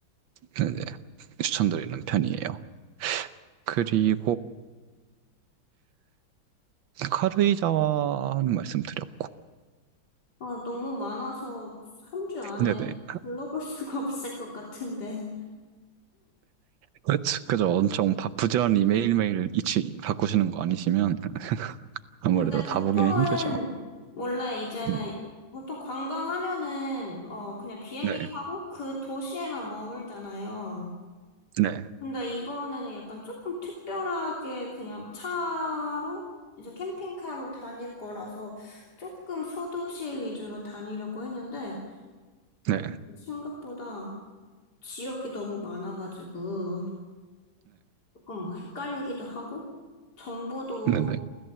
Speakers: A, on the right; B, on the left.
A: 네네, 추천드리는 편이에요. 그리고 카루이자와는 말씀드렸고,
B: 아, 너무 많아서 3주 안에
A: 네네.
B: 불러볼 <laughs> 수가 없을 것 같은데.
A: 그쵸, 그죠. 엄청 바- 부지런히 매일매일 이치 바꾸시는 거 아니시면 아무래도
B: 근데
A: 다
B: 보통은
A: 보기는 힘들죠.
B: 원래 이제는
A: 네,
B: 보통 관광하면은 어 그냥 비행기
A: 네,
B: 타고 그 도시에만 머물잖아요.
A: 네,
B: 근데 이번에는 약간 조금 특별하게 그냥 차로 이제 캠핑카로 다닐 거라서 조금 소도시 위주로 다니려고 했는데
A: 네,
B: 음, 생각보다 지역이 너무 많아가지고 조금 막 헷갈리기도 하고 정보도
A: 네, 네.